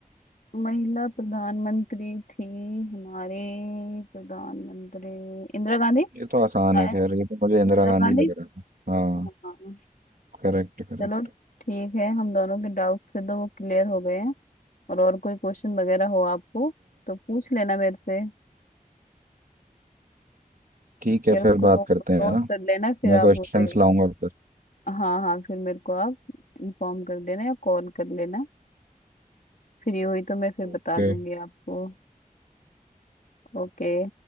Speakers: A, on the left; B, on the right.
A: महिला प्रधानमंत्री थी हमारे प्रधानमंत्री इंदिरा गांधी
B: ये तो आसान
A: हाँ,
B: है खैर ये तो मुझे इंदिरा
A: इंदिरा
B: गांधी
A: गांधी
B: लग रहा था हाँ
A: हाँ हाँ।
B: Correct correct
A: चलो ठीक है हम दोनों के डाउट से तो वो क्लियर हो गए हैं और और कोई क्वेश्चन वगैरह हो आपको तो पूछ लेना मेरे से
B: ठीक है
A: या उसको
B: फिर बात
A: नोट
B: करते हैं
A: नोट
B: है ना
A: कर लेना फिर
B: मैं क्वेश्चंस
A: आप मुझे
B: लाऊंगा फिर
A: हाँ हाँ फिर मेरे को आप इन्फॉर्म कर देना या कॉल कर लेना फ्री हुई तो मैं फिर
B: ओके
A: बता दूंगी आपको ओके